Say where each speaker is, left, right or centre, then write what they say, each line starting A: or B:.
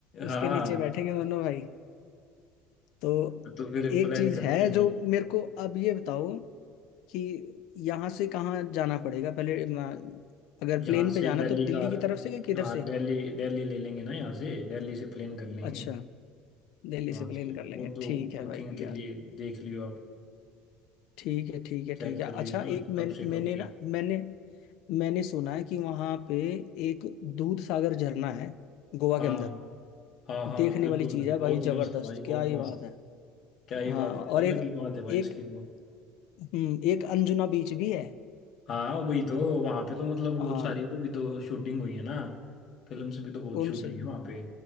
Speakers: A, on the left; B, on the left.
A: उसके
B: हाँ
A: नीचे बैठेंगे दोनों भाई तो
B: तो फिर
A: एक
B: प्लान
A: चीज
B: करते
A: है
B: हैं
A: जो
B: भाई
A: मेरे को अब ये बताओ कि यहाँ से कहाँ जाना पड़ेगा पहले अ, अगर प्लेन
B: यहाँ से
A: पे जाना
B: दिल्ली
A: तो दिल्ली
B: का
A: की तरफ से या किधर
B: हाँ
A: से
B: दिल्ली दिल्ली ले लेंगे ना यहाँ से दिल्ली से प्लेन कर लेंगे
A: अच्छा दिल्ली
B: वहाँ
A: से प्लेन
B: से
A: कर लेंगे
B: वो दो
A: ठीक है
B: बुकिंग
A: भाई
B: के
A: यार
B: लिए देख लियो आप
A: ठीक है ठीक है ठीक
B: चेक
A: है
B: कर
A: अच्छा
B: लियो ना
A: एक मैं,
B: कब से
A: मैंने
B: कब की
A: ना मैंने मैंने सुना है कि वहां पे एक दूध सागर झरना है गोवा
B: हाँ
A: के अंदर
B: हाँ हाँ
A: देखने
B: बिल्कुल
A: वाली चीज है
B: बहुत
A: भाई जबरदस्त
B: मस्त भाई बहुत
A: क्या ही
B: मस्त
A: बात है
B: क्या ही
A: हाँ
B: बात
A: और
B: है अलग
A: एक
B: ही बात है भाई
A: एक
B: इसकी तो
A: हम्म, एक अंजुना बीच भी है
B: हाँ वही तो वहां पे तो मतलब बहुत
A: हाँ
B: सारी वो भी तो शूटिंग हुई है ना फिल्म से भी तो बहुत
A: कौन
B: शूट
A: से
B: हुई है वहां पे